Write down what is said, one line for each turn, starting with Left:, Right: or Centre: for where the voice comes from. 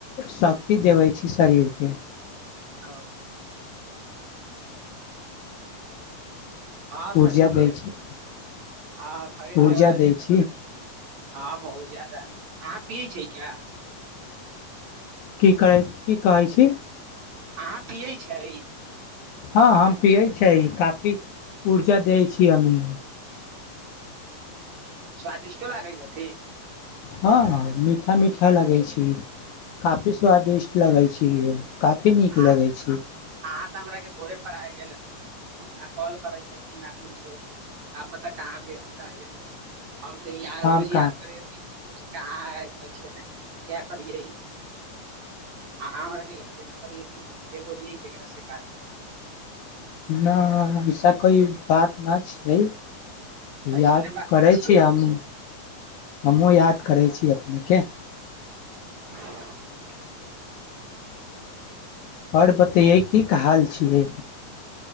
Left: सख्त ती देबै छैय शरीरके।
Right: <unintelligible> हँ खरीद
Left: ऊर्जा
Right: लेब
Left: दै छी
Right: हँ खरीद लेब
Left: ऊर्जा दै छी
Right: हँ बहुत ज्यादा पियै छिये क्या?
Left: की करै की कहै छी?
Right: अहाँ पियै छैय?
Left: हँ हम पियै छैय, काफी ऊर्जा दै छीय हमी।
Right: स्वादिष्टो लागै छथि?
Left: हँ मीठा मीठा लगै छैय काफी स्वादिष्ट लगै छैय। काफी
Right: अहाँ
Left: नीक लगै छैय।
Right: अहाँ तऽ हमरा के भोरे पराये गेल हथिन न कॉल करैत हथिन न कुछो। का पता कहाँ व्यस्त <unintelligible> हम तऽ य
Left: हम
Right: रोज याद
Left: का
Right: करे रहथिन कि दोस्त कहाँ है कैसन है। क्य करियै आँहां हमरे यादे नहि करै हथिन तऽ हम के बोलियै? ककरा से काती
Left: न विशा कोई बात ना छैल।
Right: ऐसने
Left: याद
Right: बाते
Left: करै
Right: छियै
Left: छी हम हमहुँ याद करै छी। <unintelligible>
Right: <inaudible>
Left: आओर बतैयै कीक हाल छियै?